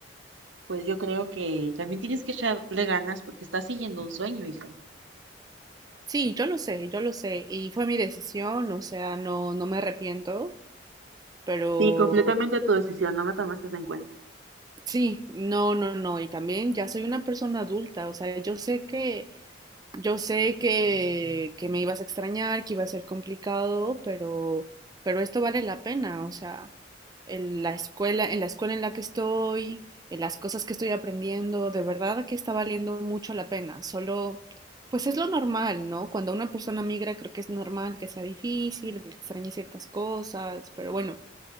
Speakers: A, on the right; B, on the right.
A: pues yo creo que también tienes que echarle ganas porque estás siguiendo un sueño, hija.
B: Sí, yo lo sé, yo lo sé, y fue mi decisión, o sea, no, no me arrepiento, pero
A: Sí, completamente tu decisión, no me tomaste en cuenta.
B: sí, no, no, no, y también ya soy una persona adulta, o sea, yo sé que Yo sé que, que me ibas a extrañar, que iba a ser complicado, pero, pero esto vale la pena. O sea, en la escuela, en la escuela en la que estoy, en las cosas que estoy aprendiendo, de verdad que está valiendo mucho la pena. Solo, pues es lo normal, ¿no? Cuando una persona migra, creo que es normal que sea difícil, que extrañe ciertas cosas, pero bueno,